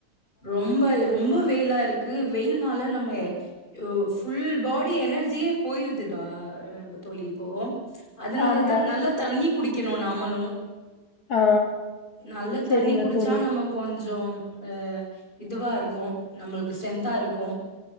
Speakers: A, on the left; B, on the left.
A: ரொம்ப ரொம்ப வெயிலா இருக்கு அது வெயில்னால நம்ம ஃபுல் பாடி எனர்ஜியே போயிருதுடா தோழி இப்போ அதனாலதா
B: ஆமா
A: நல்ல தண்ணி குடிக்கணு நாமளு
B: ஆ
A: நல்ல தண்ணி
B: செரிங்க
A: குடிச்சா
B: தோழி
A: நம்ம கொஞ்சோ அ இதுவா இருக்கு நம்மளுக்கு ஸ்ட்ரென்தா இருக்கு